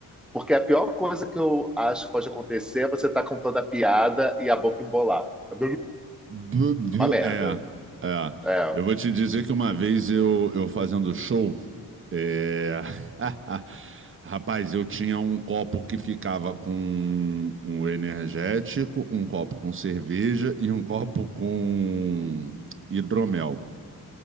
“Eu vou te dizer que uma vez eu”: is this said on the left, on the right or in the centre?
Right